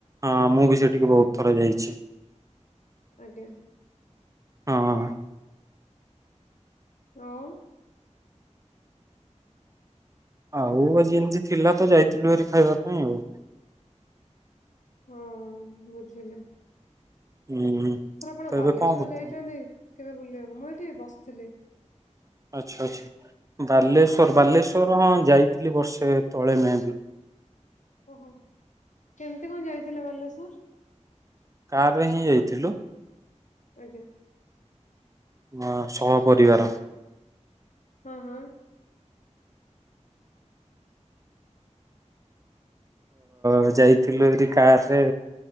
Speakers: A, on the right; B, on the left.
A: ହଁ ମୁଁ ବି ସେଠିକି ବହୁତ ଥର ଯାଇଛି।
B: ଆଜ୍ଞା।
A: ହଁ।
B: ଆଉ
A: ଆଉ ଆଜି ଏମ୍ତି ଥିଲା ତ ଯାଇଥିଲୁ ହାରି ଖାଇବା ପାଇଁ ଆଉ।
B: ହଁ ବୁଝିଲି।
A: ହୁଁ
B: ସାର୍ ଆପଣ
A: ତ
B: ବାଲେଶ୍ଵର
A: ଏବେ କଣ କରୁଛନ୍ତି?
B: ଯାଇଛନ୍ତି କେବେ ବୁଲିବାକୁ, ମୁଁ ଏଇଠି ବସଥିଲି।
A: ଆଚ୍ଛା-ଆଚ୍ଛା। ବାଲେଶ୍ଵର-ବାଲେଶ୍ଵର ହଁ ଯାଇଥିଲି ବର୍ଷେ ତଳେ ମେଁ ବି।
B: ଓହୋ କେମ୍ତି କଣ ଯାଇଥିଲେ ବାଲେଶ୍ଵର?
A: କାର୍ ରେ ହିଁ ଯାଇଥିଲୁ।
B: ଆଜ୍ଞା।
A: ହଁ ସହ ପରିବାର।
B: ହଁ-ହଁ।
A: ତ ଯାଇଥିଲୁ ଏଠି କାର୍ ରେ।